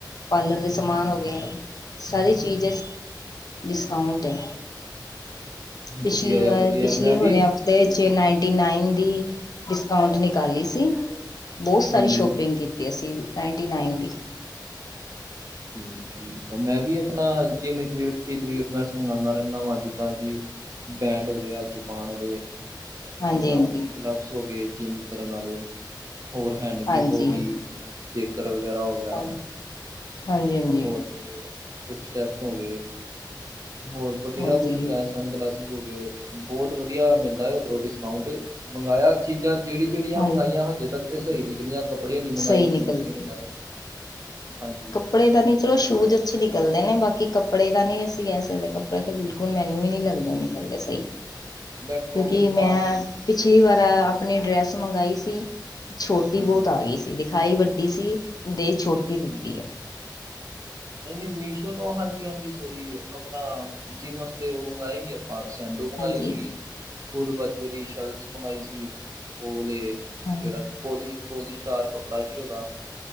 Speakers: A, on the left; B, on the right.
A: ਪਾਰਲਰ ਦੇ ਸਮਾਨ
B: ਹਾਂਜੀ
A: ਹੋ ਗਏ ਸਾਰੀ ਚੀਜ਼ ਡਿਸਕਾਊਂਟ ਹੈ ਪਿਛਲੀ
B: ਵਧੀਆ
A: ਵਾਰ
B: ਆ ਵਧੀਆ
A: ਪਿਛਲੇ
B: ਆ। ਮੈਂ ਵੀ
A: ਹੋਣੇ ਆਪ ਤੇ ਚੇ ਨਾਈਨਟੀ ਨਾਈਨ ਦੀ ਡਿਸਕਾਊਟ ਨਿਕਾਲੀ ਸੀ ਬਹੁਤ ਸਾਰੀ
B: ਹਾਂਜੀ
A: ਸ਼ੋਪਿੰਗ ਕੀਤੀ ਅਸੀਂ ਨਾਈਨਟੀ ਨਾਈਨ ਦੀ
B: ਠੀਕ ਠੀਕ ਆ ਮੈਂ ਵੀ ਆਪਣਾ ਜਿਵੇੈਂਸ ਮੰਗਵਾਉਂਦਾ ਰਹਿੰਦਾ ਵਾਂ ਜਿੱਦਾਂ ਕਿ ਬੈਂਡ ਹੋ ਗਿਆ ਚਪਾਨ ਵਾਲੇ
A: ਹਾਂਜੀ
B: ਆਪਣਾ
A: ਹਾਂਜੀ
B: ਕਲੱਬਸ ਹੋ ਗਏ ਜਿੰਮ ਕਰਨ ਵਾਲੇ ਹੋਰ ਹੈਂਡ
A: ਹਾਂਜੀ
B: ਗ੍ਰਿਪ ਹੋ ਗਈ ਚੇਕਰ ਵਗੈਰਾ ਹੋ ਗਿਆ
A: ਹਾਂਜੀ ਹਾਂਜੀ ਹਾਂਜੀ
B: ਹੋਰ ਜਿਹੜੇ ਸਟੈਪਸ ਹੋ ਗਏ ਹੋਰ ਬਥੇਰਾ
A: ਹਾਂਜੀ
B: ਕੁਛ ਮਗਾਇਆ ਸਨ ਗਲਾਸ ਹੋਗੇ ਬਹੁਤ ਵਧੀਆ ਮਿਲਦਾ ਹੈ ਉਹ ਡਿਸਕਾਊਂਟ ਮੰਗਾਇਆ ਚੀਜ਼ਾਂ ਜਿਹੜੀ ਜਿਹੜੀਆਂ
A: ਹਾਂਜੀ
B: ਮੰਗਾਈਆਂ ਹਜੇ ਤੱਕ ਤੇ ਸਹੀ ਨਿਕਲੀਆਂ ਕੱਪੜੇ ਨਹੀਂੀ ਮੰਗਵਾਏ
A: ਸਹੀ
B: ਸ਼ੂਜ
A: ਨਿਕਲ
B: ਨਹੀਂੀ ਮੰਗਵਾਏ ਹਾਂਜੀ
A: ਕੱਪੜੇ ਦਾ ਨਹੀਂ ਚਲੋ ਸ਼ੂਜ਼ ਅੱਛੇ ਨਿਕਲਦੇ ਨੇ ਬਾਕੀ ਕੱਪ ਕੱਪੜੇ ਦਾ ਨਹੀਂ ਅਸੀਂ ਕਹਿ ਸਕਦੇ ਕੱਪੜੇ ਤੇ ਬਿਲਕੁਲ ਮੈਨੂੰ ਵੀ ਨਹੀਂ ਲੱਗਦਾ ਨਿਕਲਦੇ ਸਹੀ
B: ਇਲੈਕਟ੍ਰੋਨਿਕ
A: ਕਿਉਂਕਿ
B: ਸਮਾਨ
A: ਮੈਂ
B: ਵੀ ਨੀ ਹਜੇ
A: ਪਿਛਲੀ
B: ਤੱਕ ਮੰਗਾਇਆ।
A: ਵਾਰ ਆਪਣੀ ਡਰੈਸ ਮੰਗਾਈ ਸੀ ਛੋਟੀ
B: ਹਾਂਜੀ
A: ਬਹੁਤ ਆ ਗਈ ਸੀ ਦਿਖਾਈ ਵੱਡੀ ਸੀ ਦੇ ਛੋਟੀ
B: ਹਾਂਜੀ
A: ਦਿੱਤੀ ਹੈ
B: ਨਹੀਂ ਨਹੀਂ ਮੀਸ਼ੋ ਤੋਂ ਹਾਂਜੀ ਹਾਂਜੀ ਸੋਰੀ ਆਪਣਾ ਜਿਮ ਵਾਸਤੇ ਉਹ ਮੰਗਵਾਏ ਹੀ ਆਪਾਂ ਸੈਂਡੋ ਮੰਗਵਾਈ
A: ਹਾਂਜੀ
B: ਸੀ ਫੁਲ ਬਾਜ਼ੀ ਸ਼ਰਟਸ ਮੰਗਵਾਈ ਸੀ ਉਹਲੇ ਕਿਹੜਾ
A: ਹਾਂ।
B: ਪੋਲੀ ਪੋਲੀ ਸਟਾਰ ਕੱਪੜਾ ਹੀ ਉਹਦਾ